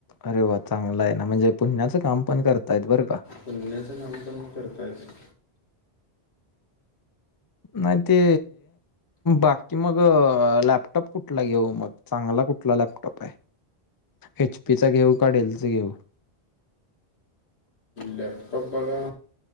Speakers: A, on the left; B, on the left.
A: अरे वा चांगला आहे ना म्हणजे पुण्याचं काम पण करतायत बरं का
B: पुण्याचं काम पण करताात
A: नाही ते बाकी मग लॅपटॉप कुठला घेऊ मग चांगला कुठला लॅपटॉप आहे एच पी चा घेऊ का डेलचा घेऊ?
B: लॅपटॉप बघा